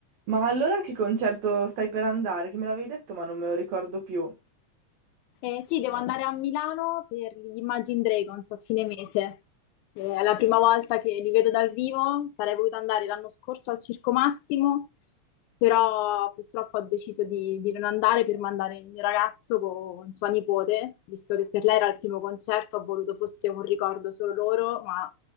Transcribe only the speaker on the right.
Ma allora a che concerto stai per andare? Che me l'avevi detto ma non me lo ricordo più.